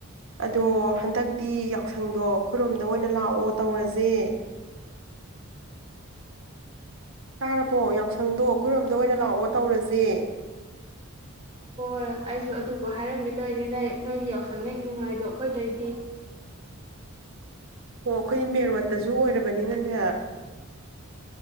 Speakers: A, on the right; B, on the right.
A: ꯑꯗꯣ ꯍꯟꯗꯛꯇꯤ ꯌꯥꯎꯁꯪꯗꯣ ꯈꯨꯔꯨꯝꯗ ꯑꯣꯏꯅ ꯂꯥꯛꯑꯣ ꯇꯧꯔꯖꯦ꯫ ꯇꯥꯔꯕꯣ ꯌꯥꯎꯁꯪꯗꯣ ꯈꯣꯏꯔꯣꯝꯗ ꯑꯣꯏꯅ ꯂꯥꯛꯑꯣ ꯇꯧꯔꯖꯦ꯫
B: ꯍꯣꯏ ꯑꯩꯁꯨ ꯑꯗꯨꯕꯨ ꯍꯥꯏꯔꯝꯒꯦ ꯇꯧꯅꯤ ꯅ ꯅꯣꯏꯒꯤ ꯌꯥꯎꯁꯪꯅꯦꯛ ꯅꯨꯡꯉꯥꯏꯗꯣ ꯑꯩꯈꯣꯏꯗꯩꯗꯤ꯫
A: ꯑꯣ ꯑꯩꯈꯣꯏꯗꯤ ꯃꯦꯟ ꯔꯣꯠꯇꯁꯨ ꯑꯣꯏꯔꯕꯅꯤꯅꯅꯦ